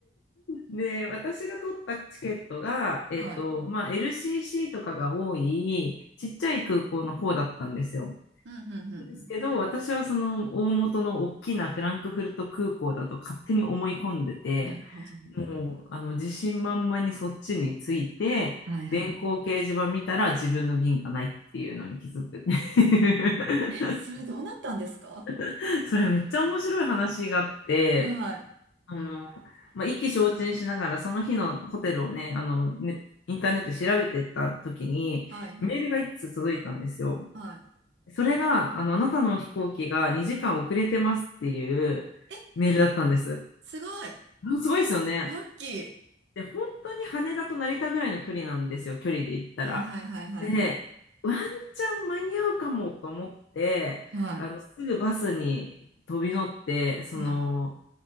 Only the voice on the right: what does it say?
はい。
うん、うん、うん、
う
ん。なるほどね。
はいはい。
え、それどうなったんですか
はい。
はいはい。
はい。
え、すごい。
ラッキー。
はいはいはいはいはい。
はい。
はい。